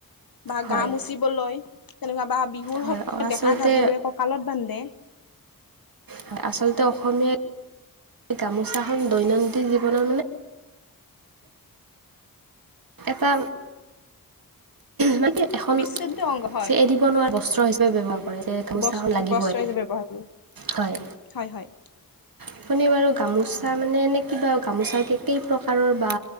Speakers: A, on the left; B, on the right.
A: বা
B: হয়
A: গা মোচিবলৈ তেনেকুৱা বা বিহুৰ
B: হয়
A: সময়ত
B: আচলতে
A: ডেকা গাভৰুৱে কঁকালত বান্ধে
B: হয় আচলতে অসমীয়াই গামোচাখন দৈনন্দিন জীৱনত মানে এটা মানে কি এখন
A: বিচ্ছেদ্য অংগ হয়
B: চে এৰিব নোৱাৰা বস্ত্ৰ হিচাপে ব্যৱহাৰ কৰে একদম গামোচা
A: বস্ত্ৰ
B: খন লাগিবই
A: বস্ত্ৰ হিচাপে ব্যৱহাৰ কৰোঁ
B: হয়।
A: হয় হয়
B: আপুনি বাৰু গামোচা মানে এনে কিবা গামোচা কে কেই প্ৰকাৰৰ বা